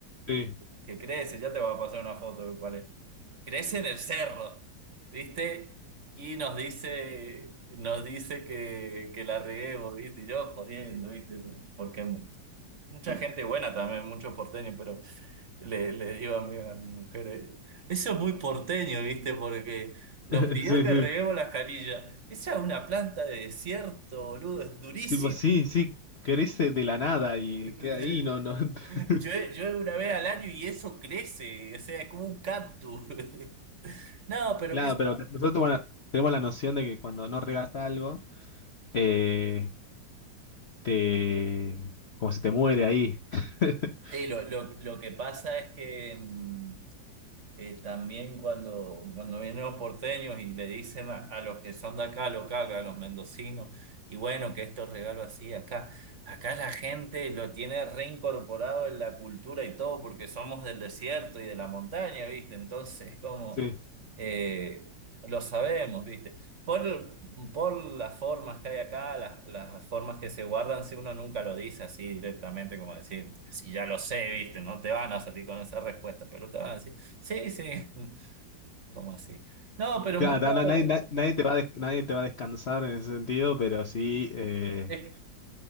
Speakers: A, on the left (about 50°); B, on the right (about 45°).
A: Sí.
B: que crece. Ya te voy a pasar una foto de cuál es. Crece en el cerro, ¿viste? Y nos dice, nos dice que, que la reguemos, ¿viste? Y yo jodiendo, ¿viste? Porque mucha gente buena también, muchos porteños, pero... Le, le digo a mi, a mi mujer, eh, eso es muy porteño, ¿viste? Porque nos
A: <laughs>
B: pidió
A: Sí,
B: que
A: sí.
B: reguemos las canillas. Esa es una planta de desierto, boludo, es durísima.
A: Tipo, sí, sí, crece de la nada y
B: <laughs>
A: queda ahí, no, no. <laughs>
B: Yo, yo una vez al año y eso crece, o sea, es como un cactus. <laughs> No, pero
A: Claro,
B: qué...
A: pero nosotros bueno, tenemos la noción de que cuando no regas algo, eh, te como se te muere ahí. <laughs>
B: Sí, lo, lo, lo que pasa es que... mm, Eh, también cuando, cuando vienen los porteños y le dicen a, a los que son de acá, local, a los mendocinos, y bueno, que estos regalos así, acá, acá la gente lo tiene reincorporado en la cultura y todo, porque somos del desierto y de la montaña, ¿viste? Entonces es como,
A: Sí.
B: eh, lo sabemos, ¿viste? Por, por las formas que hay acá, las, las formas que se guardan, si uno nunca lo dice así directamente, como decir, si ya lo sé, ¿viste? No te van a salir con esa respuesta, pero te van a decir. Sí, sí, <laughs> como así. No, pero
A: Claro,
B: mucho.
A: ta- no, nadie, na- nadie te va a des- nadie te va a descansar en ese sentido, pero sí eh,
B: es-